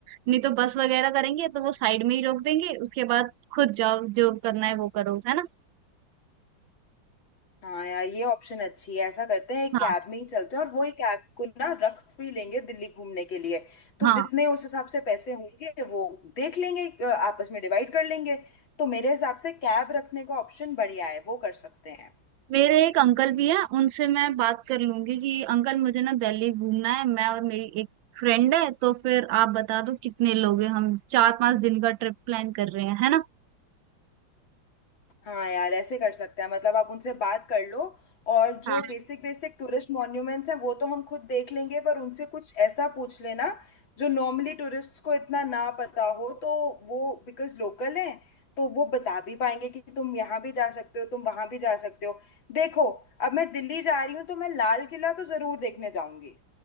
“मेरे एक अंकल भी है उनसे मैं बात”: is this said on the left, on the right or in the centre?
Right